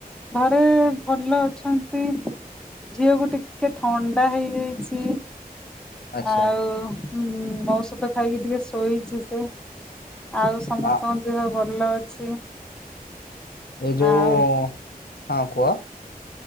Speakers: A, in the centre; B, on the left (about 85°).
A: ଘରେ ଭଲ ଅଛନ୍ତି। ଝିଅକୁ ଟିକେ ଥଣ୍ଡା ହେଇଯାଇଛି।
B: ଆଚ୍ଛା
A: ଆଉ ଉ ମଔଷଦ ଖାଇକି ଟିକେ ଶୋଇଛି ସେ। ଆଉ ସମସ୍ତଙ୍କ
B: ଆ
A: ଦେହ ଭଲ ଅଛି।
B: ଏ ଯୋଉ
A: ଆଉ
B: ହଁ କୁହ।